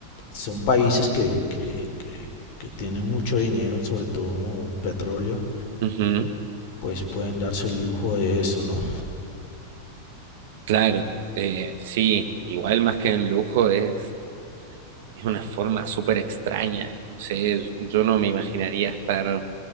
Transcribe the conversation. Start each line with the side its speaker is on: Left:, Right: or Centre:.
Left: son países que, que, que, que tienen mucho dinero, sobre todo petróleo,
Right: Ujú,
Left: pues pueden darse el lujo de eso, ¿no?
Right: Claro, eh, sí, igual más que en lujo es, es una forma súper extraña. No sé, yo no me imaginaría estar